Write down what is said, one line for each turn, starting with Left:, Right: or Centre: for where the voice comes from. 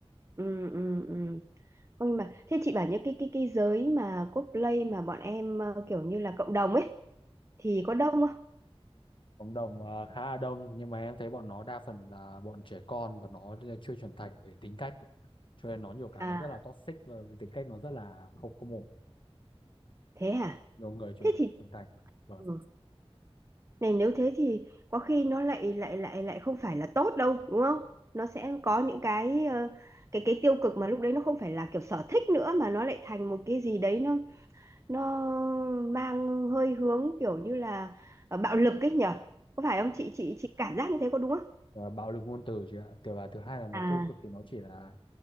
Right: Ừ ừ ừ. Không, nhưng mà thế chị bảo những cái cái cái giới mà cosplay mà bọn em ờ, kiểu như là cộng đồng ấy thì có đông không?
Left: cộng đồng ờ, khá là đông nhưng mà em thấy bọn nó đa phần là bọn trẻ con và nó chưa trưởng thành để tính cách cho nên nó nhiều cái
Right: À
Left: nó rất là toxic và tính cách nó rất là không không ổn
Right: thế hả?
Left: nhiều người trưởng
Right: Thế thì
Left: trưởng thành vâng
Right: ừ. này nếu thế thì có khi nó lại lại lại lại không phải là tốt đâu đúng không nó sẽ có những cái ờ, cái cái tiêu cực mà lúc đấy nó không phải là kiểu sở thích nữa mà nó lại thành một cái gì đấy nó nó mang hơi hướng kiểu như là ờ, bạo lực ấy nhở có phải không chị chị chị cảm giác như thế có đúng không
Left: Và bạo lực ngôn từ chứ ạ. Thứ và thứ hai là nó
Right: à
Left: tiêu cực thì nó chỉ là